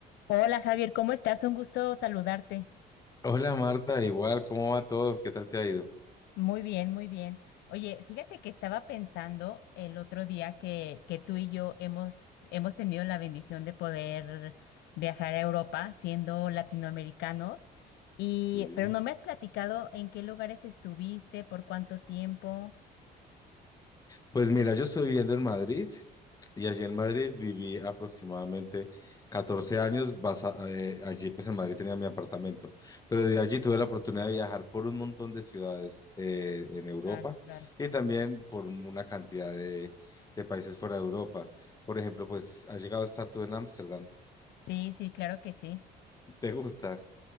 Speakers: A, on the left; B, on the left.
A: Hola Javier, ¿cómo estás? Un gusto saludarte.
B: Hola Marta, igual, ¿cómo va todo? ¿Qué tal te ha ido?
A: Muy bien, muy bien. Oye, fíjate que estaba pensando el otro día que, que tú y yo hemos, hemos tenido la bendición de poder viajar a Europa siendo latinoamericanos, y,
B: Sí,
A: pero no me has platicado en qué lugares estuviste, por cuánto tiempo.
B: Pues mira, yo estoy viviendo en Madrid y allí en Madrid viví aproximadamente 14 años. basa- eh, allí pues en Madrid tenía mi apartamento, pero de allí tuve la oportunidad de viajar por un montón de ciudades eh, en Europa
A: Claro, claro.
B: y también por una cantidad de, de países fuera de Europa. Por ejemplo, pues has llegado a estar tú en Ámsterdam.
A: Sí, sí, claro que sí.
B: <laughs> ¿Te gusta?